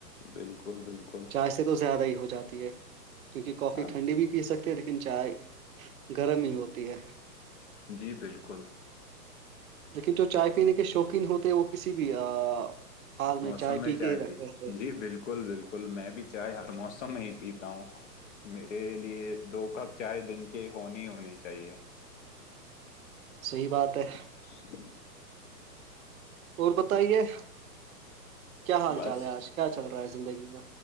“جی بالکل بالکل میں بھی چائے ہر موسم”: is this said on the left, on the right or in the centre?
Left